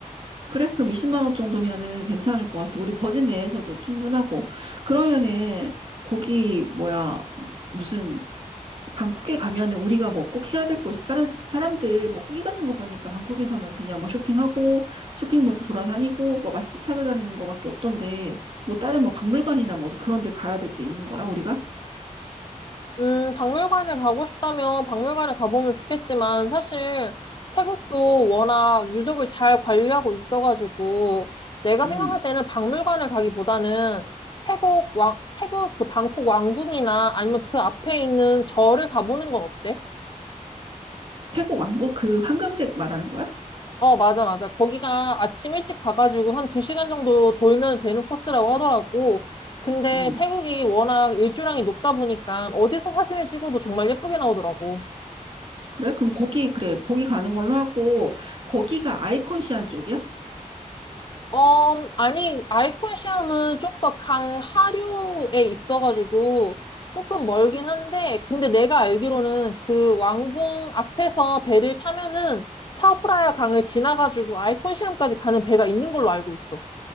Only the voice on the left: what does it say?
음, 박물관을 가고 싶다면 박물관을 가보면 좋겠지만 사실 태국도 워낙 유적을 잘 관리하고 있어가지고 내가
생각할 때는 박물관을 가기보다는 태국 왕, 태국 그 방콕 왕궁이나 아니면 그 앞에 있는 절을 가보는 건 어때?
어, 맞아, 맞아. 거기가 아침 일찍 가가지고 한 두시간 정도 돌면 되는 코스라고 하더라고. 근데
태국이 워낙 일조량이 높다 보니까 어디서 사진을 찍어도 정말 예쁘게 나오더라고.
어, 아니, 아이콘 시험은 좀 더 강하류에 있어가지고 조금 멀긴 한데, 근데 내가 알기로는 그 왕궁 앞에서 배를 타면은 차오프라야 강을 지나가지고 아이콘 시험까지 가는 배가 있는 걸로 알고 있어.